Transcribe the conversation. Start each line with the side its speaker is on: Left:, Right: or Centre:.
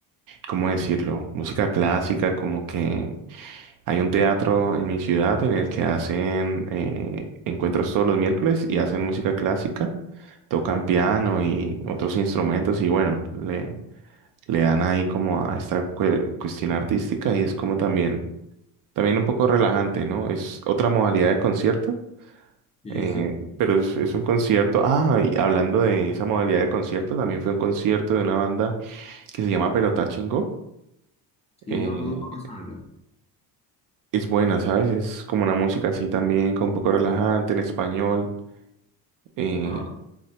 Right: ¿cómo decirlo? Música clásica, como que hay un teatro en mi ciudad en el que hacen eh, encuentros todos los miércoles y hacen música clásica. Tocan piano y otros instrumentos y bueno, le, le dan ahí como a esta cue- cuestión artística y es como también también un poco relajante, ¿no? Es otra modalidad de concierto,
Left: sí,
Right: eh,
Left: sí, sí,
Right: pero es, es un concierto. Ah, y hablando de esa modalidad de concierto, también fue un concierto de una banda que se llama Perotá Chingó.
Left: Sí,
Right: Eh,
Left: no, no, no me suena la-
Right: es buena, ¿sabes? Es como una música así también, con un poco relajante en español. Eh,
Left: Ajá,